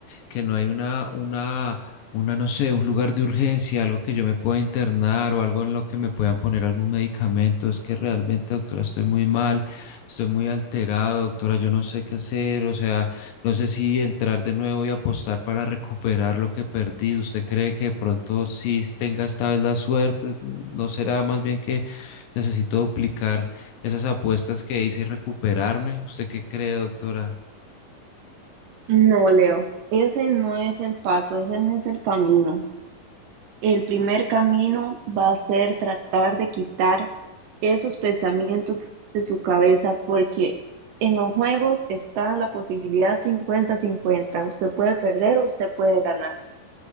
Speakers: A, on the left; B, on the right.
A: que no hay una, una, una, no sé, un lugar de urgencia, algo que yo me pueda internar o algo en lo que me puedan poner algún medicamento? Es que realmente, doctora, estoy muy mal, estoy muy alterado, doctora, yo no sé qué hacer, o sea, no sé si entrar de nuevo y apostar para recuperar lo que perdí. ¿Usted cree que de pronto sí tenga esta vez la suerte? ¿No será más bien que necesito duplicar? esas apuestas que hice y recuperarme. ¿Usted qué cree, doctora?
B: no, Leo, ese no es el paso, ese no es el camino. El primer camino va a ser tratar de quitar esos pensamientos de su cabeza, porque en los juegos está la posibilidad cincuenta cincuenta Usted puede perder o usted puede ganar.